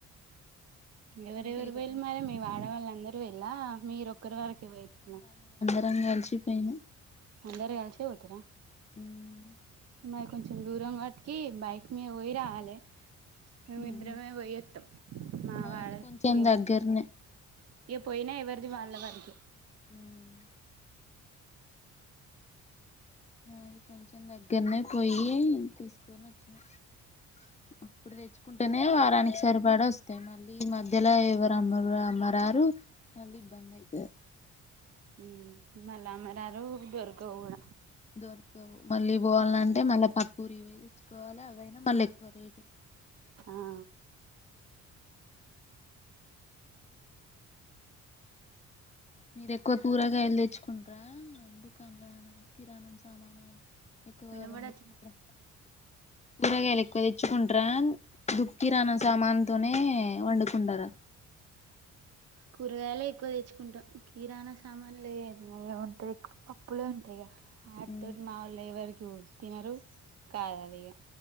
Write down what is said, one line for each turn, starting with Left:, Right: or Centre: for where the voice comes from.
Right: ఎవరెవరు
Left: తీరు
Right: వెళ్ళి మర మీ ఆడవాళ్ళ అందరూ వెళ్ళా మీరు ఒక్కరు వరకే పోయేచ్చిన
Left: అ అలిసిపోయిన
Right: అందరు కలసి పోతార
Left: ఉమ్,
Right: మరి కొంచెం దూరం కాబట్టి కి బైక్ మీద పోయి రావాలి మేమిద్దరమే
Left: ఉమ్,
Right: పోయేస్తాం మా
Left: మాది
Right: వాడు
Left: కొంచెం
Right: ఇంకెవరు
Left: దగ్గరనే
Right: ఏ పోయినా ఎవరు ది వాళ్ళ వరికే
Left: ఉమ్. అది కొంచెం దగ్గరనే పోయి తీసుకొని వచ్చినా అప్పుడు తెచ్చుకుంటేనే వారానికి సరిపడా వస్తాయి మళ్ళీ ఈ మధ్యలో ఎవరు అమ్మరు అమ్మరారు మళ్ళీ ఇబ్బంది అయితది
Right: ఊ మల్ల అమ్మరారు దొర గౌవుణ
Left: దొరకవు మళ్ళీ పోవాలంటే మళ్ళీ పక్కకుూరు ఇవే తెచ్చుకోవాలి అవైనా మళ్ళీక్వ ఎక్కువ రేట్
Right: ఆ
Left: మీరు ఎక్కువ కూరగాయలు తెచ్చుకుంటార దుకాన్ కిరాణం సామాన్ ఎక్కువగా
Right: వినబడట్లే
Left: పండుపో కూరగాయలు ఎక్కువ తెచ్చుకుంటార దుక్కిరాన సామాన్తోనే వండుకుంటారా
Right: కూరగాయలు ఎక్కువ తెచ్చుకుంటాం కిరాణ సామాన్ లే ఇ ఉంటే పప్పుూలే ఉంటాయి గా హార్ట్
Left: ఉ
Right: తోటి మాములు ఎవరకు తినరు కాద్ ఆది ఈగ